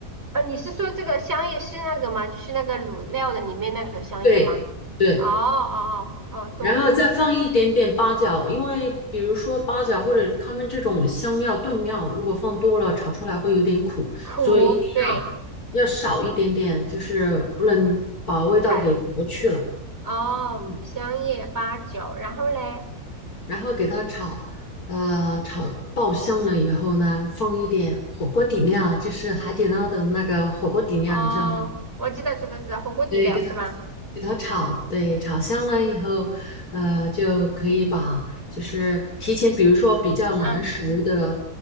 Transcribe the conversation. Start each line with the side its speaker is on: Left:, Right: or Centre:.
Right: 呃，你是说这个香叶是那个吗？就是那个卤料的里面那个香叶吗？
Left: 对对，
Right: 哦哦哦哦，懂懂，
Left: 然后再放一点点八角，因为比如说八角或者他们这种香料炖料，如果放多了炒出来会有点苦，
Right: 苦，
Left: 所以一定要要少一点点，
Right: 对，
Left: 就是不能把味道给夺去了。
Right: 看，哦，
Left: 嗯。
Right: 香叶八角，然后嘞。
Left: 然后给它炒，呃，炒爆香了以后呢，放一点火锅底料，就是海底捞的那个火锅底料，
Right: 哦，
Left: 你知道吗？嗯
Right: 我知道，知道，知道，火锅底料是吧？
Left: 对，给它给它炒，对，炒香了以后，呃，就可以把就是提前，比如说比较难熟的
Right: 嗯，